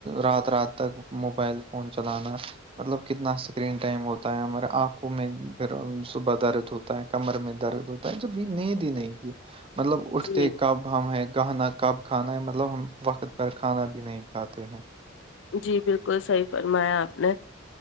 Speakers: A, on the right; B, on the left.
A: رات رات تک موبائل فون چلانا مطلب کتنا اسکرین ٹائم ہوتا ہے ہمارے آنکھوں میں پھر صبح درد ہوتا کمر میں درد ہوتا ہے جب بھی نیند ہی نہیں کی مطلب اٹھتے
B: جی
A: کب ہے گہنا کب کھانا ہے مطلب ہم وقت پر کھانا بھی نہیں کھاتے ہیں
B: جی بالکل صحیح فرمایا آپ نے